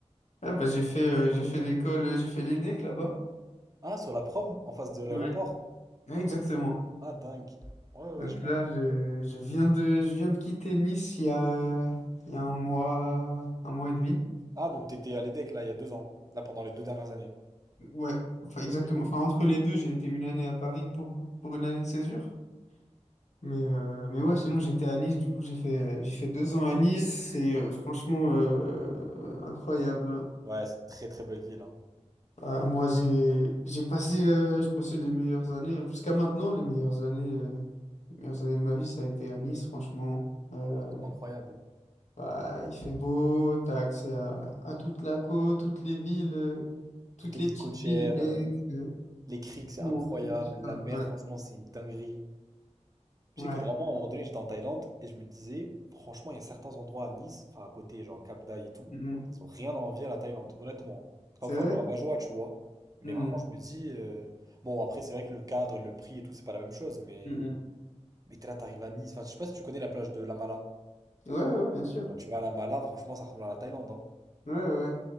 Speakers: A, on the left; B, on the right.
A: Ah, bah, j'ai fait, euh, j'ai fait l'école, euh, j'ai fait l'EDEC là-bas.
B: Ah, sur la prom, en face de l'aéroport.
A: Ouais. Ouais, exactement.
B: Ah, dingue. Ouais, ouais,
A: Donc
B: je vois.
A: là, je, je viens de, je viens de quitter Nice il y a, euh, il y a un mois, un mois et demi.
B: Ah, donc t'étais à l'EDEC, là, il y a deux ans. Là, pendant les deux dernières années.
A: Ouais, enfin exactement.
B: Ok.
A: Enfin, entre les deux, j'ai été une année à Paris pour, pour une année de césure. Mais, euh, mais ouais, sinon j'étais à Nice, du coup j'ai fait, j'ai fait deux ans à Nice, c'est euh, franchement euh, incroyable.
B: Ouais, c'est une très, très belle ville, hein.
A: Ah, moi j'ai j'ai passé, euh, j'ai passé les meilleures années, hein. jusqu'à maintenant les meilleures années, euh, les meilleures années de ma vie, ça a été à Nice, franchement. Euh,
B: Incroyable.
A: bah, il fait beau, t'as accès à, à toute la côte, toutes les villes, euh,
B: Tout
A: toutes
B: est
A: les
B: ville
A: petites
B: côtière.
A: villes, Aigle, euh,
B: Les criques, c'est
A: Menton,
B: incroyable.
A: tout
B: La mer,
A: Ouais,
B: franchement, c'est une dinguerie. Tu
A: ouais.
B: sais que vraiment, à un moment donné, j'étais en Thaïlande et je me disais, franchement, il y a certains endroits à Nice, enfin à côté, genre Cap Dai et tout,
A: Mm, mm.
B: ils ont rien à envier à la Thaïlande, honnêtement. C'est pas
A: C'est
B: pour faire
A: vrai?
B: le rabat-joie, tu vois. Mais
A: Mm,
B: vraiment, je me dis, euh, bon, après, c'est vrai que le cadre, le prix et tout, c'est pas la même chose, mais,
A: mm, mm.
B: mais t'es là, t'arrives à Nice. Enfin, je sais pas si tu connais la plage de La Mala.
A: Ouais, ouais, bien sûr.
B: Quand tu vas à La Mala, franchement, ça ressemble à la Thaïlande, hein.
A: Ouais, ouais. ouais.